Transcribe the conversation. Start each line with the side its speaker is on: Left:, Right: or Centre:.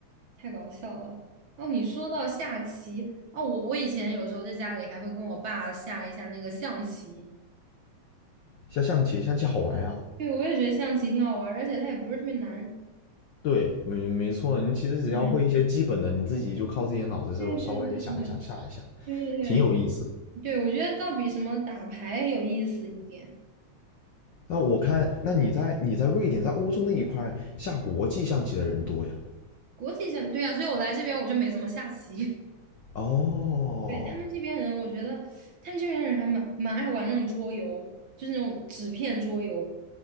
Right: 太搞笑了。哦，你说到下棋，哦，我我以前有时候在家里还会跟我爸下一下那个象棋。
Left: 下象棋，象棋好玩呀、
Right: 对，我也觉得象棋挺好玩儿，而且它也不是特别难。
Left: 对，没没错，你其实只要会一些基本的，
Right: 哎
Left: 你自己就靠自己的脑子就稍微想一想下一下，
Right: 对对对对对对
Left: 挺有意思。
Right: 对，我觉得倒比什么打牌有意思一点。
Left: 但我看，那你在你在瑞典，在欧洲那一块下国际象棋的人多呀？
Right: 国际象，对啊，所以我来这边我就没怎么下棋。
Left: 哦，
Right: 对，他们这边人，我觉得他们这边人还蛮蛮爱玩那种桌游，就是那种纸片桌游，